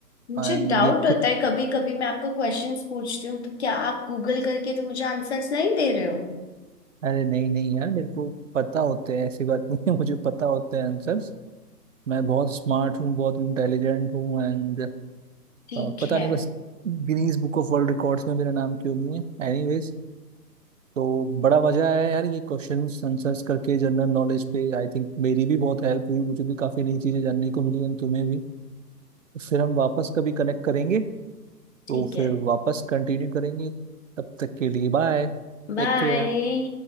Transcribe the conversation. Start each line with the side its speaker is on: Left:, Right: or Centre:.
Left: मुझे
Right: एंड
Left: डाउट
Right: ये
Left: होता है कभी कभी मैं आपको क्वेश्चंस पूछती हूँ तो क्या आप गूगल करके तो मुझे आंसर्स नहीं दे रहे हो
Right: अरे नहीं नहीं यार मेरे को पता होते हैं ऐसी बात नहीं है <laughs> मुझे पता होते हैं आंसर्स मैं बहुत स्मार्ट हूँ बहुत इंटेलिजेंट हूँ एंड
Left: ठीक
Right: पता
Left: है
Right: नहीं बस Guinness book of world records में मेरा नाम क्यों नहीं है एनीवेज तो बड़ा मजा आया यार ये क्वेश्चंस आंसर्स करके जनरल नॉलेज पे आई थिंक मेरी भी बहुत हेल्प हुई मुझे भी काफी नई चीजें जानने को मिली एंड तुम्हें भी फिर हम वापस कभी कनेक्ट करेंगे तो
Left: ठीक
Right: फिर
Left: है
Right: वापस कंटिन्यू करेंगे तब तक के लिए बाय
Left: बाय
Right: Take care